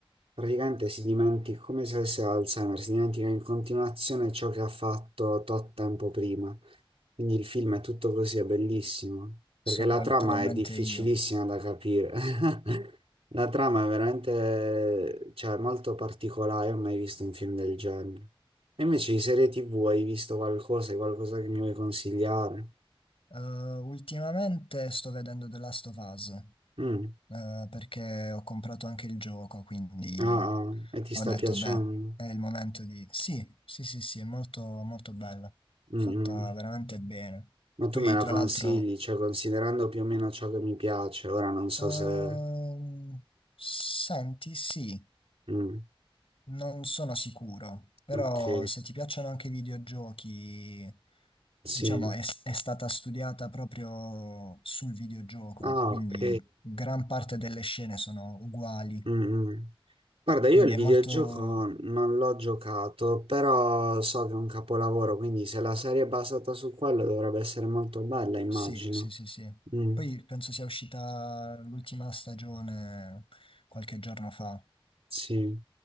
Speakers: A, on the right (about 80°); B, on the left (about 70°).
A: praticamente si dimentica, come se avesse Alzheimer, si dimentica in continuazione ciò che ha fatto tot tempo prima. Quindi il film è tutto così, è bellissimo,
B: Sono
A: perché la trama
B: letteralmente
A: è difficilissima
B: io.
A: da capire. <laughs> La trama è veramente, cioè, molto particolare, non ho mai visto un film del genere. E invece di serie TV hai visto qualcosa, hai qualcosa che mi vuoi consigliare?
B: Eh, ultimamente sto vedendo The Last of Us.
A: Mm.
B: eh, perché ho comprato anche il gioco, quindi
A: Ah, ah, e ti
B: ho
A: sta
B: detto,
A: piacendo?
B: beh, è il momento di... Sì, sì, sì, sì, è molto, molto bella,
A: Mm,
B: fatta
A: mm.
B: veramente bene.
A: Ma tu
B: Poi,
A: me la
B: tra
A: consigli,
B: l'altro,
A: cioè, considerando più o meno ciò che mi piace, ora non so
B: ehm,
A: se...
B: senti, sì,
A: Mm,
B: non sono sicuro, però
A: ok,
B: se ti piacciono anche i videogiochi,
A: sì.
B: diciamo, è è stata studiata proprio sul videogioco,
A: Ah,
B: quindi
A: ok.
B: gran parte delle scene sono uguali.
A: Mm, mm. Guarda,
B: Quindi
A: io il
B: è
A: videogioco
B: molto,
A: non l'ho giocato, però so che è un capolavoro, quindi se la serie è basata su quello dovrebbe essere molto bella, immagino.
B: Sì, sì, sì, sì.
A: Mm,
B: Poi penso sia uscita l'ultima stagione qualche giorno fa.
A: sì.